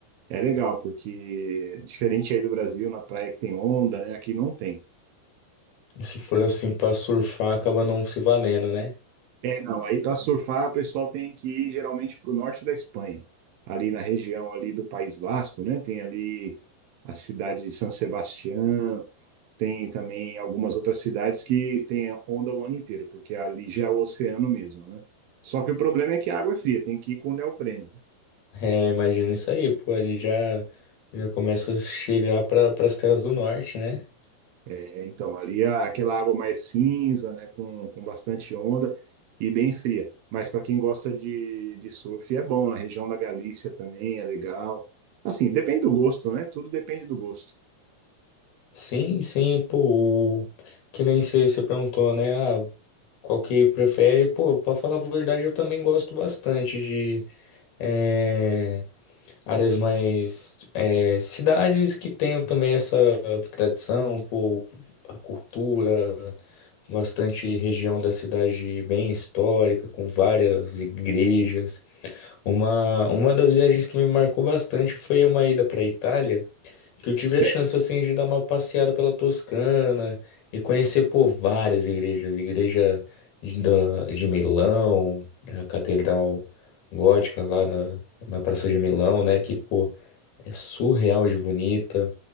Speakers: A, on the right; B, on the left.
A: É legal, porque diferente aí do Brasil, na praia que tem onda, né? Aqui não tem.
B: Se for assim para surfar, acaba não se valendo, né?
A: É, não, aí para surfar o pessoal tem que ir geralmente para o norte da Espanha, ali na região ali do País Vasco, né? Tem ali a cidade de San Sebastián, tem também algumas outras cidades que tem onda o ano inteiro, porque ali já é o oceano mesmo, né? Só que o problema é que a água é fria, tem que ir com neoprene.
B: É, imagina isso aí, pô, ele já, já começa a chegar para as terras do norte, né?
A: É, Então, ali a- aquela água mais cinza, né, com, com bastante onda e bem fria. Mas para quem gosta de, de surf é bom, na região da Galícia também é legal. Assim, depende do gosto, né? Tudo depende do gosto.
B: Sim, sim, pô, o- que nem você perguntou, né? Ah, qual que prefere? Pô, pra falar a verdade, eu também gosto bastante de eh, áreas mais. eh, cidades que tenham também essa tradição, pô, a cultura, bastante região da cidade bem histórica, com várias igrejas. Uma, uma das viagens que me marcou bastante foi uma ida para Itália. Que eu tive
A: Certo.
B: a chance assim de dar uma passeada pela Toscana e conhecer pô, várias igrejas, igreja de, da- de Milão, a Catedral Gótica lá na, na Praça de Milão, né? Que pô, é surreal de bonita.